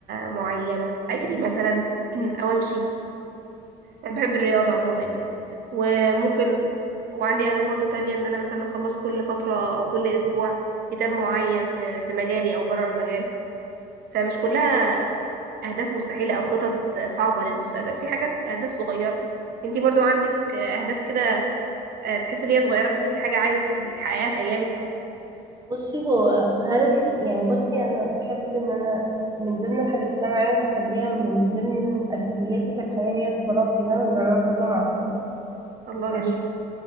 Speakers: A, on the right (about 65°); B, on the right (about 25°).
A: معينه اجري مثلا <clears throat> او امشي انا بحب الرياضة عموما يعني وممكن وعندي اهداف برضو تانية ان انا مثلا اخلص كل فترة او كل اسبوع كتاب معين في في مجالي او بره المجال فمش كلها اهداف مستحيلة او خطط صعبة للمستقبل في حاجات اهداف صغيرة انتي برضو عندك اهداف كده آه، بتحسي ان هي صغيرة بس انت حاجة عايزة تبقي تحققيها في ايامك
B: بصي هو هدفي يعني بصي أنا بحب إن أنا من ضمن الحاجات اللي أنا عايزة أخليها من ضمن أساسياتي في الحياة هي الصلاة وكده وإن أنا أنتظم على الصلاة
A: الله
B: عشان
A: جميل